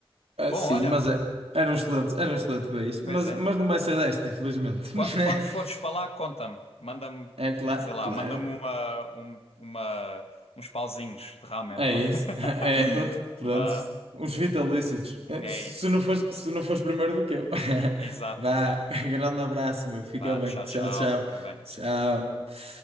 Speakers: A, on the right; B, on the left.
A: Ah,
B: Bom,
A: sim,
B: olha,
A: mas é- era um excelente, era um excelente país. Mas,
B: pois é.
A: mas não vai ser desta, infelizmente.
B: Quando, quando
A: <laughs>
B: fores para lá, conta-me. Manda-me,
A: É claro,
B: sei lá,
A: claro.
B: manda-me uma, um- uma, uns pauzinhos de ramen.
A: É
B: ó.
A: isso. <laughs> É,
B: <laughs>
A: pronto. pronto.
B: Vá,
A: Uns vitalícios. É,
B: é
A: Se
B: isso.
A: se não fores, se não fores primeiro do que eu. <laughs>
B: Exato,
A: Vá,
B: exato.
A: grande abraço, meu. Fica
B: Vá,
A: bem.
B: tchau,
A: Tchau,
B: tchau.
A: tchau.
B: Fica bem.
A: Tchau.